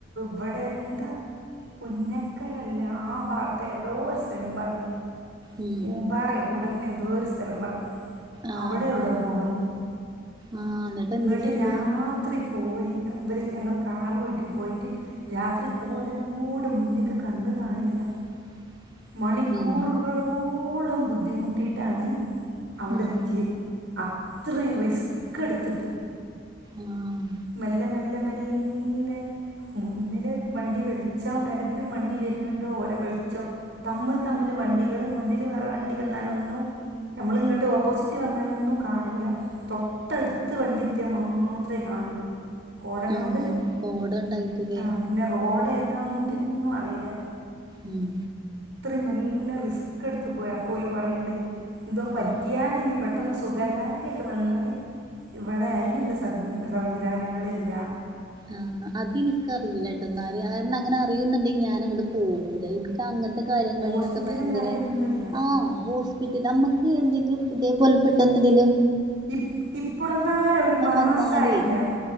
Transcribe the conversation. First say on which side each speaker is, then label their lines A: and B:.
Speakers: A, on the right; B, on the right.
A: വ്ടെ ന്ത പുന്നക്കലല്ല ആ ഭാത്തെവിടോ ഒരു സ്ഥലം പറഞ്ഞി
B: ഉം
A: കൂമ്പാറയൊ കൂടൽനൊ എന്തോ ഒരു സ്ഥലം പറഞ്ഞു
B: ആഹ്
A: അവിടെ എവിടോ പോണന്ന്
B: ആഹ് എന്നിട്ട്
A: ഇങ്ങോട്ട്
B: എന്താ ചെയ്ത്
A: രാത്രി പോയി അവര് ഞങ്ങൾ കാറുവായിട്ട് പോയിട്ട് രാത്രി കോടനോട് മുന്നേക്ക് കണ്ണു കാണില്ല
B: <inaudible>
A: മണിക്കൂറുകളോളം
B: ഉം
A: ബുദ്ധിമുട്ടിയിട്ടാണ് അവിടെ
B: ഉം
A: എത്തിയത് അത്രയും റിസ്ക് എടുത്തിട്ട്
B: ആഹ്
A: മെല്ലെ മെല്ലെ മെല്ലെ മുന്നില് വണ്ടി വിളിച്ച ഏതെ ഒരിക്കലും വണ്ടി വരുന്നുണ്ട് ലെളക്ക് തമ്മ് തമ്മില് വണ്ടികള് മുന്നില് വേറെ വണ്ടി വന്നാല ഒന്നു ഞമ്മൾ ഇങ്ങോട്ട് ഓപ്പോസിറ്റ് വന്നാലൊന്നും കാണൂല തൊട്ട എടുത്ത് വണ്ടി എത്തിയാ മാത്രേ കാണുള്ളൂ കോടനോട്
B: അങ്ങനെ കോട ഉണ്ടായിട്ടില്ലേ
A: ആ പിന്നെ റോഡ എതാന്ന കൂടിയന്നും അറിയില്ല
B: ഉം
A: ഇത്രയും നല്ല റിസ്ക് എടുത്ത് പോയി അപ്പോലും പറയണ്ട് എന്തോ പറ്റിയാല
B: ഉം
A: ഇനി പ പെട്ടെന്ന് സുഖല്ലായകൊക്കെ വന്നാൽ ഇവിടെ അതിനതിനുള്ള സം സംവിധാനങ്ങളില്ലാണ്
B: ആഹ് അത് എനിക്കറിയില്ലട്ടോന്നാ കാരണം അങ്ങനെ അറിയുന്നുണ്ടെങ്ക ഞൻ പോല എനിക്ക് അങ്ങനത്തെ കാര്യങ്ങളിലൊക്കെ
A: ഹോസ്പിറ്റലും
B: ഭയങ്കര
A: കാര്യമൊന്നുമില്ല
B: ആ ഹോസ്പിറ്റൽക്ക് എന്തെങ്കിലും ഇതേപോലെ പെട്ടെന്നുണ്ടിലോ
A: ഇ ഇപ്പോളന്നരും ഒരു മാസയില്ല
B: വന്നാലേ